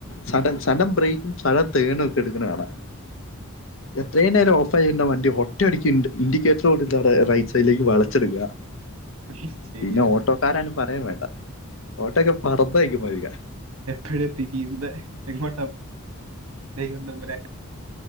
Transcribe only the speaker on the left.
സഡൻ സനം ബ്രേക്കും സഴ തേനും ഒക്കെ എടുക്കുന്ന കാണാ എത്രേ
നേരം ഓഫയിന്ന വണ്ടി ഓ റ്റടിക്കിന്റ് ഇൻഡിക്കേറ്ററ് ഒടുക്കാതെ റൈറ്റ് സൈഡിലേക്ക് വളച്ചെടുക്ക
പിന്നെ ഓട്ടോ കാരാന് പറയം വേണ്ട ഓട്ടൊക്കെ പറത്തഴക്കുമ പോയിരിക്ക